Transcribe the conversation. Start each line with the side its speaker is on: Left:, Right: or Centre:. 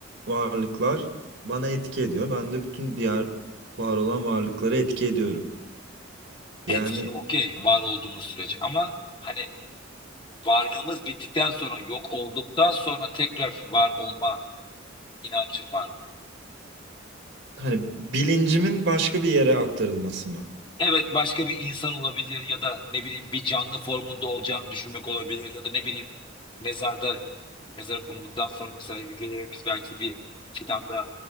Right: varlıklar bana etki ediyor. Ben de bütün diğer var olan varlıklara etki ediyorum. Yani
Left: Etki okey var olduğumuz sürece ama hani varlığımız bittikten sonra yok olduktan sonra tekrar var olma inancın var mı?
Right: hani bilincimin başka bir yere aktarılması mı?
Left: Evet başka bir insan olabilir ya da ne bileyim bir canlı formunda olacağını düşünmek olabilir ya da ne bileyim mezarda mezara konulduktan sonra mesela hücrelerimiz belki bir fidanda